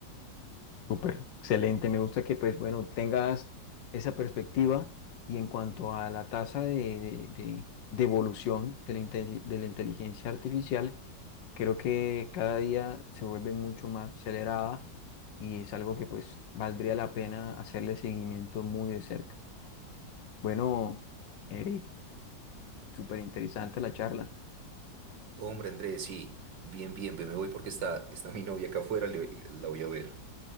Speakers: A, on the left; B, on the right.
A: Súper, excelente. Me gusta que, pues, bueno, tengas esa perspectiva y en cuanto a la tasa de, de- de- de evolución de la, inte- de la inteligencia artificial, creo que cada día se vuelve mucho más acelerada y es algo que, pues, valdría la pena hacerle seguimiento muy de cerca. Bueno, Eric, súper interesante la charla.
B: Hombre, Andrés, sí, bien, bien, ve, me voy porque está, está mi novia acá afuera, le- la voy a ver.